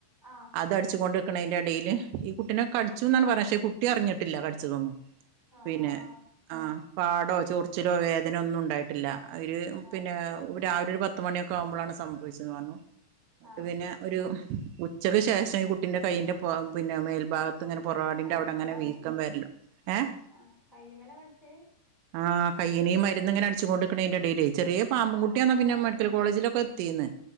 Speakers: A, in the centre; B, on the right.
A: ആഹ്
B: അത് അടിച്ചു കൊണ്ട് നിക്കണേന്റെ ഇടയിൽ ഈ കു പിന്നെ കട്ച്ചുന്നണ്ട് പറയാ പക്ഷെ കുട്ടി അറിഞ്ഞിട്ടില്ല കടിച്ചതൊന്നും
A: ആഹ് ആഹ്
B: പിന്നെ
A: ആഹ്
B: ആഹ് പാടോ ചൊറിച്ചിലോ വേദനോ ഒന്നും ണ്ടായിട്ട്ല്ല ഒര്
A: ആഹ് ആഹ്
B: പിന്നെ രാവിലെ ഒരു പത്ത്മണി ഒക്കെ ആവുബാളാണ് സംഭവിച്ചുങ്ങാണ്
A: ആഹ്
B: പിന്നെ ഒരു ഉച്ചക്ക് ശേഷം ഈ കുട്ടിന്റെ കയ്യിന്റെ പിന്നെ മേൽഭാഗ ഇങ്ങനെ പൊറാടിന്റെ
A: കയ്യിമ്മലാണ്
B: അവ്ടെങ്ങനെ വീക്കം വേരലും ഏഹ്
A: ആഹ് കയ്യിമ്മലാ കടിച്ചേ
B: ആഹ് കഴിണി ഈ മരുന്ന് ഇങ്ങനെ അടിച്ചുങ്ങോണ്ടയിരിക്കുന്നതിന്റെ ഇടയിലെ ചെറിയ പാമ്പും
A: ആഹ്
B: കുട്ടിയാന്നാ പിന്നെ ഇമ്മ കോളേജിലൊക്കെ എത്തീന്ന്